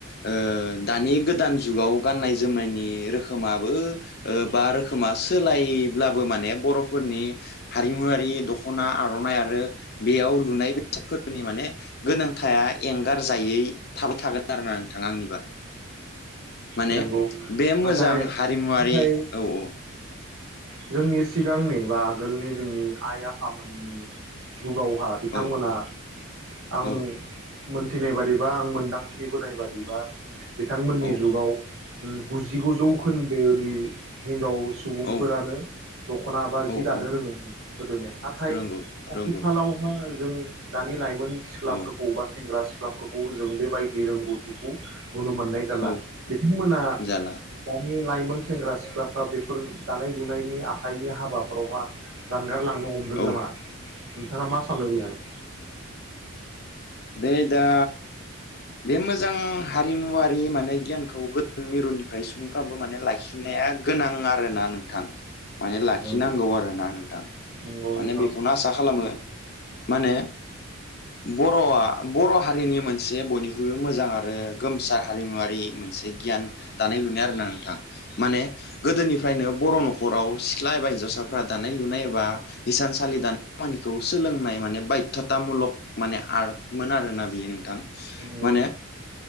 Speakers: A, on the left; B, on the right.
A: ओ दानि गोदान जुगाव गाननाय-जोमनायनि रोखोमाबो बा रोखोमासो सोलाय ब्लाबो माने बर'फोरनि हारिमुवारि दख'ना आ आर'नाइ आरो बेयाव लुनाय बेसादफोरनि माने गोनांथाया एंगारजायै थाबाय थागोन आरोना नोंथां आंनिबा माने
B: नंगौ
A: बे
B: नाथाय
A: मोजां हारिमुवारि
B: नाथाय
A: औ औ
B: जोंनि सिगांनि बा आगोलनि जोंनि आइ आफामोननि जुगावहा बिथांमोना
A: औ
B: आं
A: औ
B: मोनथिनाय बादिबा आं मोनदांथि बोनाय बादिबा बिथांमोननि
A: औ
B: जुगाव गुजिगुजौ जौखोनदोनि हिनजाव सुबुंफोरानो
A: औ
B: दख'ना बा जि
A: औ
B: दानो
A: औ
B: रोङोमोन गोदोनि नाथाय
A: रोंगौ
B: आथिखालावहा
A: रोंगौ
B: जों दानि लाइमोन सिख्लाफोरखौ
A: औ
B: बा सेंग्रा-सिख्ला सिख्लाफोरखौ जों बेबायदि रोंगौथिखौ नुनो मोननाय जाला
A: औ
B: नोंथांमोनहा
A: जाला
B: दानि लाइ सेंग्रा-सिख्लाफ्रा बेफोर दानाय-लुनायनि आखाइनि हाबाफोरावहा जा एंगारलांनो हमदों
A: औ
B: नामा नोंथाङा मा सलनि <unintelligible> ह <unintelligible>
A: बे दा बे मोजां हारिमुवारि माने गियानखौ गोदो मिरुनिफ्राय सुबुंफ्राबो माने लाखिनाया गोनां आरोना नोंथां माने लाखिनांगौ
B: नंगौ
A: आरोना नोंथां
B: नंगौ
A: माने
B: नोंथां
A: बेखौनो आसा खालामो माने बर'आ बर' हारिनि मोनसे बयनिख्रुइबो बख्रुइबो मोजां आरो गोमसार हारिमुवरारि मोनसे गियान दानाय-लुनाय आरो ना नोंथां माने गोदोनिफ्रायनो बर' न'खराव सिथ्ला एबा हिनजावसाफ्रा दानाय-लुनाय एबा हिसानसालि दानाय खामानिखौ सोलोंनाय माने बायध्य'था मुलक माने आर्टमोन आरोना बेयो नोंथां
B: बि <unintelligible>
A: माने